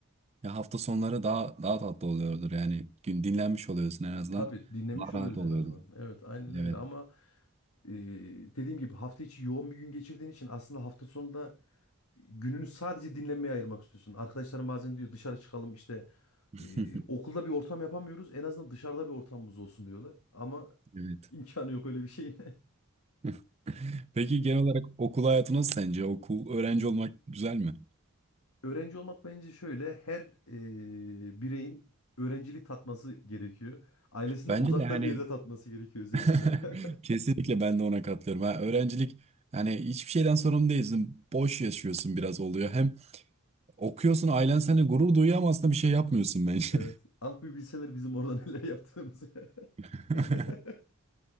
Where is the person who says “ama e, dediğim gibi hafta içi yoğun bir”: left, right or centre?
Left